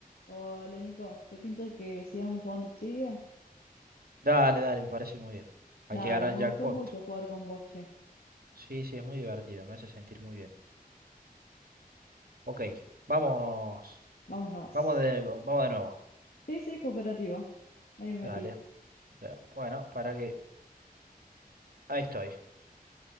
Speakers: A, on the left; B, on the right.
A: Hola Nico, ¿te pinta que sigamos jugando trivia?
B: Dale, dale, me parece muy bien.
A: Dale,
B: Hay que ganar
A: me
B: el jackpot.
A: gustó mucho jugar con vos, che.
B: Sí, sí, es muy divertido, me hace sentir muy bien. Ok, vamos.
A: Vamos nomás.
B: Vamos de, vamos de nuevo.
A: Sí, sí, cooperativo. Ahí me metí.
B: Dale. Eh, Bueno, para que... Ahí estoy.